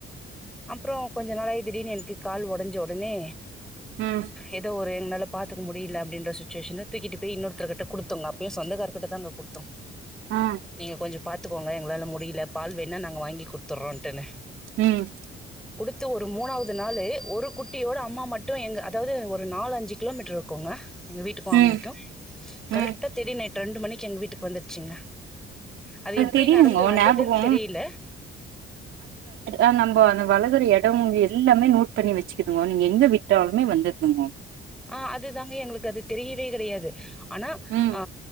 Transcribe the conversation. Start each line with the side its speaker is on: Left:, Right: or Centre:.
Centre: அப்புறொ கொஞ்ச நாளாகி திடீர்னு எனக்கு கால் ஒடஞ் ச உடனே
Right: ம்
Centre: ஏதோ ஒரு எங்களால பாத்துக்க முடியல அப்டின்ற சுச்சுவேஷன் தூக்கிட்டு போய் இன்னொரு ஒருத்தர்க்கிட்ட கொடுத்தோங்க அப்பயும் சொந்தக்காரர்கிட்ட தான் அங்கே கொடுத்தோம்
Right: ஆ
Centre: நீங்க கொஞ்சொ பாத்துக்கோங்க எங்களால் முடியல பால் வேணால் நாங்க வாங்கி கொடுத்துட்றோன்டன்னு
Right: ம்
Centre: த்த ஒரு மூணாவது நாள் ஒரு குட்டியோட அம்மா மட்டும் எங்க அதாவது ஒ ரு நாலு அஞ்சு கிலோமீட்டர் இருக்கும்ங்க எங்க வீட்டுக்கு அவ்ங்கு
Right: ம்
Centre: கரெக்டா
Right: ம்
Centre: தேடி நைட் ரெண்டு மணிக்கு எங்க வீட்டுக்கு வந்துருச்சிங்க அது எப்டி
Right: தெரியுங்கோ
Centre: நடந்து வந்ததுன்னு
Right: ஞாபகோ
Centre: தெரியல
Right: ஆ நம்ப அந்த வளக்குற எடம் எல்லாமே நோட் பண்ணி வச்சுக்கதுங்கோ நீங்க எங்க விட்டாலுமே வந்துடுதுங்கோ
Centre: ஆ அதுதாங்க எங்களுக்கு அது தெரியவே கிடையாது ஆனா
Right: ம்
Centre: அ